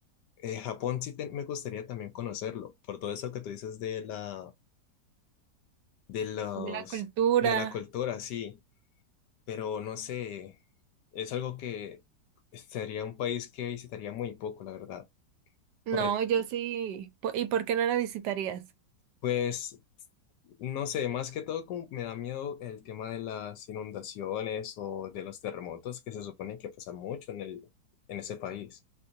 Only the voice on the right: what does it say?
de la cultura.
No,
yo sí. po- ¿Y por qué no la visitarías?